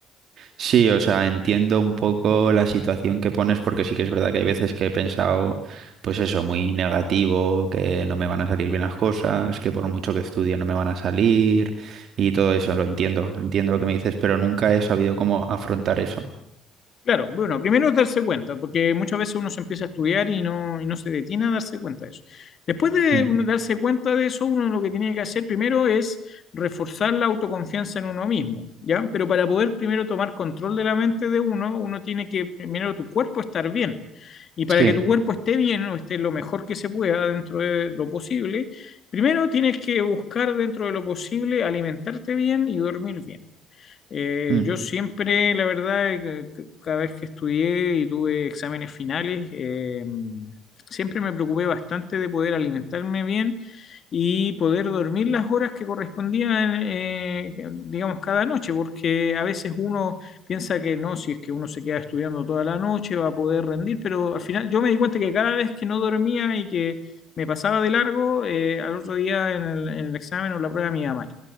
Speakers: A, on the right (about 60°); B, on the left (about 50°).
A: Sí, o sea, entiendo un poco la situación que pones porque sí que es verdad que hay veces que he pensado, pues eso, muy negativo, que no me van a salir bien las cosas, que por mucho que estudie no me van a salir y todo eso, lo entiendo, entiendo lo que me dices, pero nunca he sabido cómo afrontar eso.
B: Claro, bueno, primero es darse cuenta, porque muchas veces uno se empieza a estudiar y no, y no se detiene a darse cuenta de eso. Después de
A: Mm,
B: uno darse cuenta de eso, uno lo que tiene que hacer primero es reforzar la autoconfianza en uno mismo, ¿ya? Pero para poder primero tomar control de la mente de uno, uno tiene que primero tu cuerpo estar bien. Y para
A: Sí,
B: que tu cuerpo esté bien o esté lo mejor que se pueda dentro de lo posible, primero tienes que buscar dentro de lo posible alimentarte bien y dormir bien. Eh,
A: mm,
B: yo siempre, la verdad, eh, c- cada vez que estudié y tuve exámenes finales, eh, siempre me preocupé bastante de poder alimentarme bien y poder dormir las horas que correspondían, eh, eh, digamos, cada noche, porque a veces uno piensa que no, si es que uno se queda estudiando toda la noche va a poder rendir, pero al final yo me di cuenta que cada vez que no dormía y que me pasaba de largo, eh, al otro día en el, en el examen o la prueba me iba mal.